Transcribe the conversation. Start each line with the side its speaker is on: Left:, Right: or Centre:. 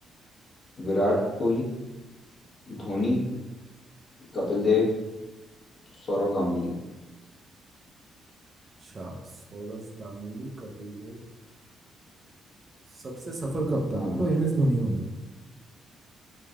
Left: विराट कोहली धोनी कपिल देव सौरव गांगुली
Right: अच्छा सौरव गांगुली कपिल देव सबसे सफल कप्तान
Left: हाँ
Right: तो एम एस धोनी होंगे